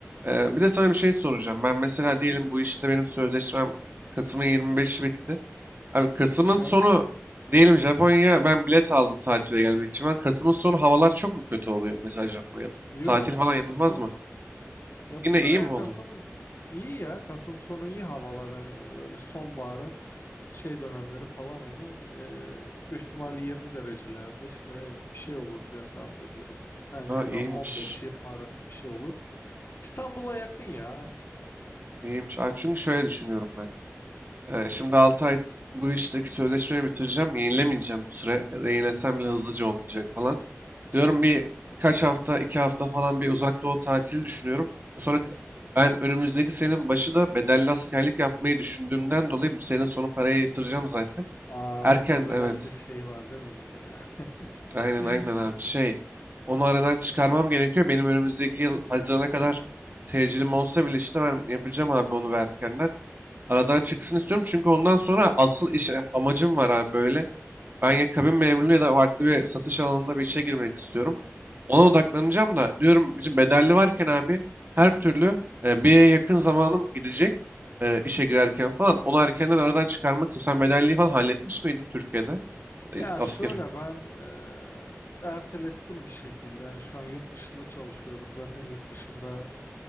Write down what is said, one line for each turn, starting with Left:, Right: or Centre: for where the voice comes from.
Right: Ee, bir de sana bir şey soracağım. Ben mesela diyelim bu işte benim sözleşmem Kasım'ın 25'i bitti. Abi Kasım'ın
Left: Ya.
Right: sonu diyelim Japonya'ya ben bilet aldım tatile gelmek için. Ben Kasım'ın sonu havalar çok mu kötü oluyor mesela Japonya'da?
Left: Yo
Right: Tatil falan yapılmaz
Left: Kasım
Right: mı?
Left: yapılır
Right: Yine iyi
Left: ya
Right: mi
Left: Kasım
Right: oluyor?
Left: iyi ya Kasım sonu iyi havalar hani böyle sonbaharın şey dönemleri falan hani e, büyük ihtimal 20 derecelerde işte bir şey olur diye tahmin ediyorum. Yani
Right: Ha
Left: ya
Right: iyiymiş.
Left: da 15-20 arası bir şey olur. İstanbul'a yakın ya yani.
Right: İyiymiş. Aa, çünkü şöyle düşünüyorum ben. Ee, şimdi 6 ay bu işteki sözleşmeyi bitireceğim. Yenilemeyeceğim bir süre. Ya da yenilesem bile hızlıca olmayacak falan. Diyorum bir birkaç hafta, iki hafta falan bir uzak doğu tatili düşünüyorum. Sonra k- ben önümüzdeki senenin başı da bedelli askerlik yapmayı düşündüğümden dolayı bu sene sonu paraya yatıracağım zaten.
Left: Aa,
Right: Erken
Left: Tobedelli
Right: evet.
Left: şeyi var değil mi bizde ya?
Right: Aynen
Left: <laughs>
Right: aynen abi şey. Onu aradan çıkarmam gerekiyor. Benim önümüzdeki yıl Haziran'a kadar tecilim olsa bile işte ben yapacağım abi onu ve erkenden. Aradan çıksın istiyorum çünkü ondan sonra asıl iş amacım var abi böyle. Ben ya kabin memurluğu ya da farklı bir satış alanında bir işe girmek istiyorum. Ona odaklanacağım da diyorum bizim bedelli varken abi her türlü e, bir yere yakın zamanım gidecek e, işe girerken falan. Onu erkenden aradan çıkarmak istiyorum. Sen bedelliği falan halletmiş miydin Türkiye'de?
Left: Ya
Right: Ya da
Left: şöyle
Right: Askeri.
Left: ben eee ertelettim bir şekilde. Yani şu an yurt dışında çalışıyorum. Zaten yurt dışında